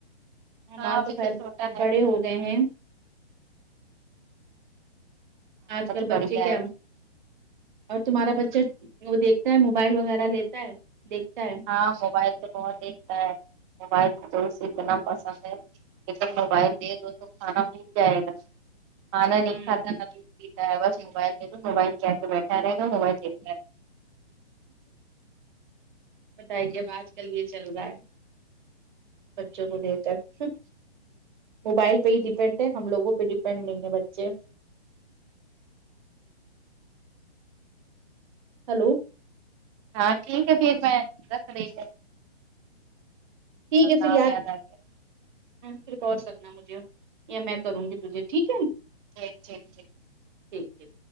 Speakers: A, on the right (about 45°); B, on the right (about 25°).
A: ہمارے
B: ہاں ابھی
A: تو خیر
B: چھوٹا ہے
A: بڑے ہو گئے ہیں
B: بہت
A: آج کل بچے
B: بڑھیا
A: کیا
B: ہے
A: اور تمہارا بچہ وہ دیکھتا ہے موبائل وغیرہ لیتا ہے دیکھتا ہے
B: ہاں موبائل تو بہت دیکھتا ہے موبائل تو اسے اتنا پسند ہے ایکدم موبائل دے دو تو کھانا بھول جائے گا کھانا
A: ہوں
B: نہیں کھاتا نہ دودھ پیتا ہے بس موبائل دیدو موبائل کے آگے بیٹھا رہے گا تو موبائل دیکھ رہآ
A: بتائے اب آج کل یہ چل رہا ہے بچوں کو دیر تک ہوں موبائل پہ ہی ڈیپینڈ ہے ہم لوگوں پہ ڈیپینڈ نہیں ہے بچے ہلو
B: ہاں ٹھیک ہے پھر میں رکھ رہی ہے
A: ٹھیک ہے
B: کام
A: پھر یاد
B: آ گیا
A: پھر کال کرنا مجھے یا میں کروں گی تجھے ٹھیک ہے
B: <unintelligible>
A: ٹھیک ٹھیک